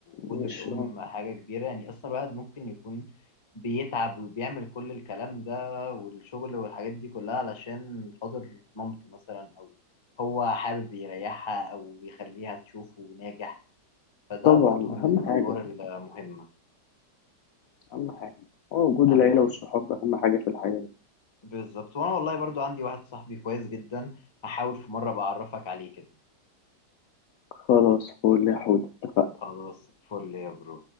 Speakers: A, on the left; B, on the left.
A: وجود
B: مش
A: الأم
B: آه.
A: حاجة كبيرة يعني أصلا الواحد ممكن يكون بيتعب وبيعمل كل الكلام ده والشغل والحاجات دي كلها علشان خاطر مامته مثلا أو هو حابب يريحها أو يخليها تشوفه ناجح فده
B: طبعا
A: برضو من
B: اهم
A: الأدوار
B: حاجة
A: المهمة
B: اهم حاجة هو وجود
A: أهم
B: العيلة
A: حاجة
B: والصحاب اهم حاجة في الحياة
A: بالظبط وأنا والله برضو عندي واحد صاحبي كويس جدا هحاول في مرة بعرفك عليه كده
B: خلاص فول يا حود اتفقنا
A: خلاص فل يا برو